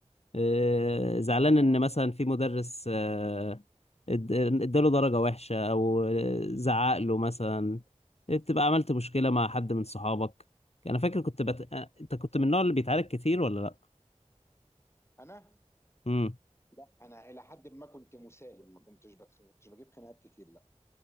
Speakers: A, on the left (about 60°); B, on the left (about 20°).
A: آه، زعلان
B: اه اه
A: ان مثلا في مدرس آه، اد- اداله درجة وحشة او آه، زعق له مثلا بتبقى عملت مشكلة مع حد من صحابك انا فاكر كنت بت... آه، انت كنت من النوع اللي بيتعارك كتير ولا لا
B: انا
A: امم
B: لا انا الى حد ما كنت مسالم ما كنتش بتخ... كنتش بجيب خناقات كتير لا